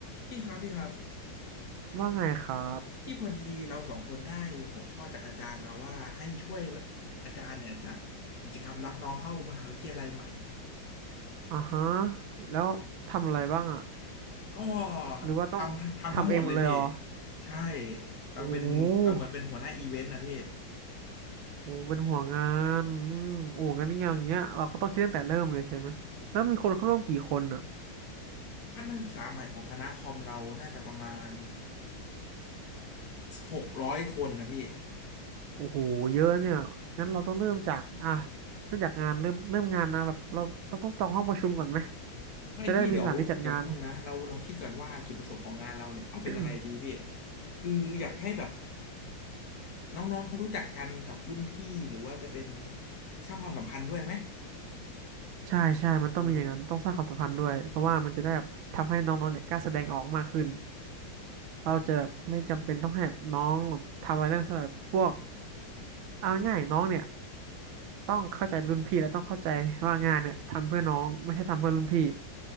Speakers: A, on the left; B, on the right.
A: พี่ครับพี่ครับ
B: ว่าไงครับ
A: พี่พอดีเราสองคนได้หัวข้อจากอาจารย์มาว่าให้ช่วยอาจารย์เนี่ยจัดกิจกรรมรับน้องเข้ามหาวิทยาลัยใหม่
B: อ่าฮะแล้วทำอะไรบ้างอะ
A: ก็
B: หรือว่าต้องทำเองหมดเลยเหรอ
A: ทำทำทั้งหมดเลยพี่ใช่เราเป็นเราเหมือนเป็นหัวหน้าอีเวนต์นะพี่
B: โอ้โหโอ้เป็นห่วงานอืมโอ้งั้นอย่างเงี้ยเราก็ต้องคิดตั้งแต่เริ่มเลยใช่ไหมแล้วมีคนเข้าร่วมกี่คนอะ
A: ท่านนักศึกษาใหม่ของคณะคอมเราน่าจะประมาณหกร้อยคนนะพี่
B: โอ้โหเยอะเนี่ยงั้นเราต้องเริ่มจากอ่ะเริ่มจากงานเริ่มเริ่มงานนะแบบเราต้องต้องจองห้องประชุมก่อนไหม
A: ไม่พี่เดี๋ยวเดี๋ยวแป๊บนึงนะเราเราคิดก่อนว่าจุดประสงค์ของงานเราเนี่ยเอาเป็นอะไรดีพี่
B: จะได้มีสถานที่จัดงาน <coughs> <clears throat>
A: คืออยากให้แบบ น้องๆเขารู้จักกันกับรุ่นพี่หรือว่าจะเป็นสร้างความสัมพันธ์ด้วยไหม
B: ใช่ใช่มันต้องมีอย่างนั้นต้องสร้างความสัมพันธ์ด้วยเพราะว่ามันจะได้แบบทำให้น้องๆเนี่ยกล้าแสดงออกมากขึ้น
A: เออ
B: เราจะแบบไม่จำเป็นต้องให้น้องทำอะไรเรื่องสำหรับพวกเอาง่ายๆน้องเนี่ยต้องเข้าใจรุ่นพี่และต้องเข้าใจว่างานเนี่ยทำเพื่อน้องไม่ใช่ทำเพื่อรุ่นพี่